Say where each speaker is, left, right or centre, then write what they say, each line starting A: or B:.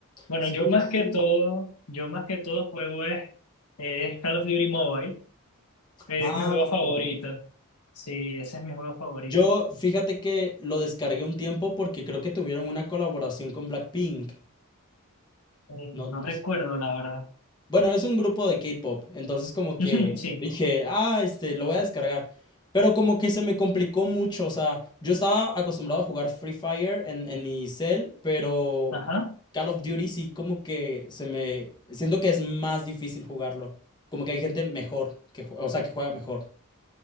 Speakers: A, on the left; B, on the left.
A: Bueno,
B: Sí,
A: yo más
B: sí.
A: que todo, yo más que todo juego es, es Call of Duty Mobile, es
B: Ah,
A: mi juego favorito. Sí, ese es mi juego favorito.
B: yo fíjate que lo descargué un tiempo porque creo que tuvieron una colaboración con Blackpink.
A: Eh,
B: No,
A: no
B: no
A: recuerdo, la verdad.
B: Bueno, es un grupo de K-pop, entonces como que
A: <laughs> Sí,
B: dije, ah, este, lo voy a descargar. Pero como que se me complicó mucho, o sea, yo estaba acostumbrado a jugar Free Fire en, en mi cel, pero
A: ajá.
B: Call of Duty sí como que se me... Siento que es más difícil jugarlo, como que hay gente mejor, que, jue- o sea, que juega mejor.